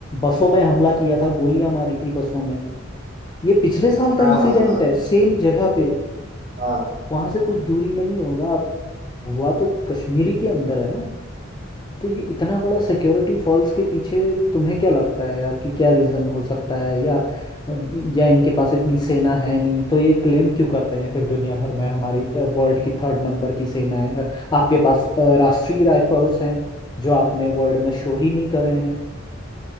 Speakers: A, on the left (about 20°); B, on the right (about 35°).
A: बसों में हमला किया था गोलियां मारी थी बसों में ये पिछले साल का
B: हाँ
A: इंसिडेंट
B: हाँ हाँ
A: है सेम जगह पे
B: हाँ
A: वहां से कुछ दूरी में ही होगा अब हुआ तो कश्मीरी के अंदर है ना तो ये इतना बड़ा सिक्योरिटी फॉल्स के पीछे तुम्हें क्या लगता है यार कि क्या रीजन हो सकता है या या इनके पास इतनी सेना है नहीं तो ये क्लेम क्यों करते हैं फिर दुनिया भर में हमारी वर्ल्ड की थर्ड नंबर की सेना है आपके पास अ, राष्ट्रीय राइफल्स हैं जो आपने वर्ल्ड में शो ही नहीं करे हैं